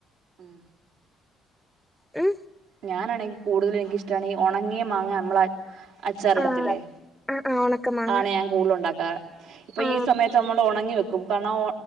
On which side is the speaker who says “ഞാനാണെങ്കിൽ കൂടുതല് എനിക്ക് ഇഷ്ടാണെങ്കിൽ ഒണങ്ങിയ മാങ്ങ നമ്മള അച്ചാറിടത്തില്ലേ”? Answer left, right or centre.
Right